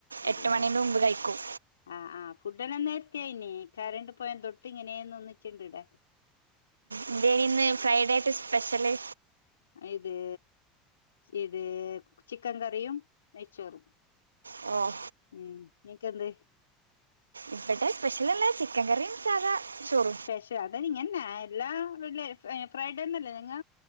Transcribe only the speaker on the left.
അതെയാ
ആ ആ ഫുഡെല്ലാം നേരത്തെ കയിന്ന് കറണ്ട് പോയ എന്തൊട്ട് ഇങ്ങനെയന്ന് ഒന്നിച്ചിണ്ട് ഇവടെ
ഇത് ഇത് ചിക്കൻ കറിയും നെയ്ച്ചോറും
ഉം നിക്കെന്ത്?
സ്പെശ്യ അതെ ഇങ്ങനെ തന്നെ എല്ലാ വെള്ളി ഫ്രൈഡേ ന്നല്ലേ നിങ്ങ